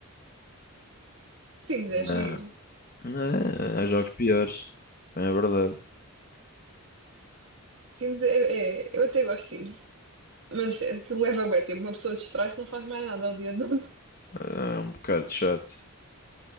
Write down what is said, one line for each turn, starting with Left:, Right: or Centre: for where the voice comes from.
Right: Sims é giro.
Left: Ah, é, há jogos piores. É verdade.
Right: Sims é, é- Eu até gosto de Sims, mas aquilo leva bem tempo. Uma pessoa distrai-se não faz mais nada ao dia todo.
Left: É um bocado chato.